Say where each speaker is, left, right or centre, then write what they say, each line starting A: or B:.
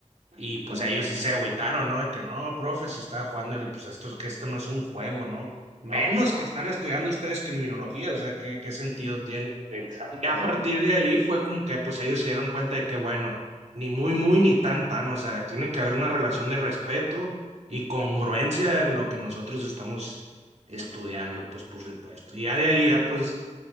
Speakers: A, on the right; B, on the right.
A: y pues ellos sí se agüitaron, ¿no? De que no, profe, si estaba jugando, y le, pues esto es que esto no es un juego, ¿no? Menos
B: no, pues no,
A: que están estudiando ustedes criminología, o sea, ¿qué, qué sentido tiene?
B: exactamente.
A: Y a partir de ahí fue como que pues ellos se dieron cuenta de que bueno, ni muy muy ni tan tan, o sea, tiene que haber una relación de respeto y congruencia en lo que nosotros estamos estudiando, pues por supuesto. Y ya de ahí ya pues